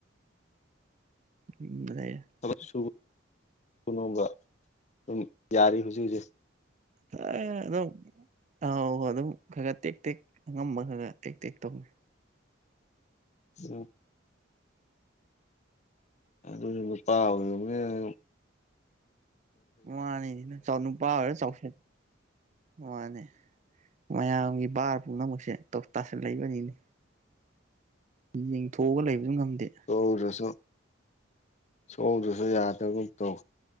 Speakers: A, on the right; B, on the left.
A: ꯌꯨꯝꯗꯥ ꯂꯩꯌ‌ꯦ
B: ꯊꯕꯛ ꯁꯨꯕ ꯅꯣꯝꯕ ꯑꯗꯨꯝ ꯌꯥꯔꯤ ꯍꯧꯖꯤꯛ ꯍꯧꯖꯤꯛ
A: ꯇꯥꯏꯌ‌ꯦ ꯑꯗꯨꯝ ꯇꯥꯑ‌ꯣ ꯑꯗꯨꯝ ꯈꯒꯥ ꯇꯦꯛ ꯇꯦꯛ ꯑꯉꯝꯕ ꯈꯒꯥ ꯇꯦꯛ ꯇꯦꯛ ꯇꯧꯅ‌ꯦ
B: ꯎꯝ ꯑꯗꯨꯖꯨ ꯅꯨꯄꯥ ꯑꯣꯏꯔꯨꯝ ꯅꯤꯅꯥ
A: ꯃꯥꯅꯤꯅ‌ꯦ ꯆꯥꯎ ꯅꯨꯄꯥ ꯑꯣꯏꯔ ꯆꯥꯎꯁꯦꯠ ꯃꯥꯅꯦ ꯃꯌꯥꯝꯒꯤ ꯕꯥꯔ ꯄꯨꯝꯅꯃꯛꯁꯦ ꯇꯧ ꯇꯁꯤꯟꯂꯛꯏꯕꯅꯤꯅꯦ ꯌꯦꯡꯊꯣꯛꯑꯒ ꯂꯩꯕꯖꯨ ꯉꯝꯗꯦ
B: ꯁꯨꯍꯧꯗꯔꯁꯨ ꯁꯨꯍꯧꯗꯔꯁꯨ ꯌꯥꯗꯒꯨꯝ ꯇꯧ